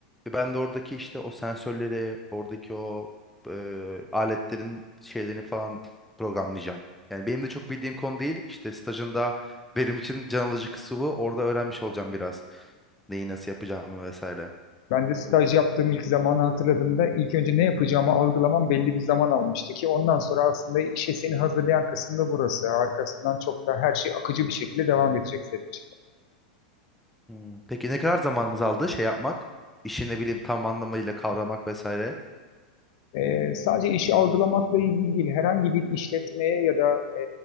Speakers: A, in the centre; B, on the left.
A: Ve Ben de oradaki işte o sensörleri, oradaki o e, aletlerin şeylerini falan programlayacağım. Yani benim de çok bildiğim konu değil. İşte stajında benim için can alıcı kısmı bu. Orada öğrenmiş olacağım biraz. Neyi nasıl yapacağımı vesaire.
B: Ben de staj yaptığım ilk zamanı hatırladığımda ilk önce ne yapacağımı algılamam belli bir zaman almıştı ki ondan sonra aslında işe seni hazırlayan kısım da burası. Arkasından çok daha her şey akıcı bir şekilde devam edecek senin için
A: Hmm. Peki ne kadar zamanınız aldı şey yapmak? İşi ne bileyim tam anlamıyla kavramak vesaire.
B: Ee, sadece işi algılamakla ilgili değil, herhangi bir işletmeye ya da e,